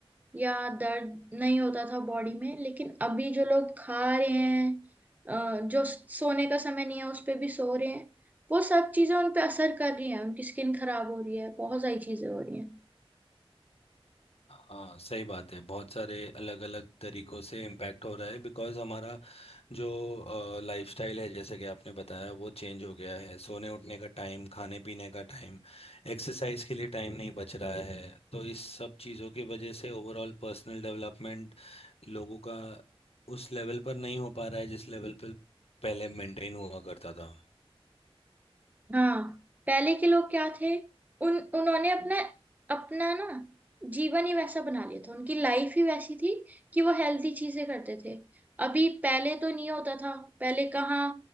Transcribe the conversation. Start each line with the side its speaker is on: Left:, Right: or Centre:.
Right: या दर्द नहीं होता था बॉडी में लेकिन अभी जो लोग खा रहे हैं अ, जो सोने का समय नहीं है उस पे भी सो रहे हैं वो सब चीजें उन पे असर कर रही हैं उनकी स्किन खराब हो रही है बहुत सारी चीजें हो रही हैं
Left: हाँ सही बात है बहुत सारे अलग अलग तरीकों से इम्पैक्ट हो रहा है बिकॉज़ हमारा जो लाइफस्टाइल है जैसे कि आपने बताया वो चेंज हो गया है सोने उठने का टाइम खाने पीने का टाइम एक्सरसाइज के लिए टाइम नहीं बच रहा है तो इस सब चीज़ों की वजह से ओवरऑल पर्सनल डेवलपमेंट लोगों का उस लेवल पर नहीं हो पा रहा है जिस लेवल पर पहले मेंटेन हुआ करता था
Right: हाँ पहले के लोग क्या थे उन उन्होंने अपना अपना ना जीवन ही वैसा बना लिया था उनकी लाइफ ही वैसी थी कि वो हेल्थी चीजें करते थे अभी पहले तो नहीं होता था पहले कहाँ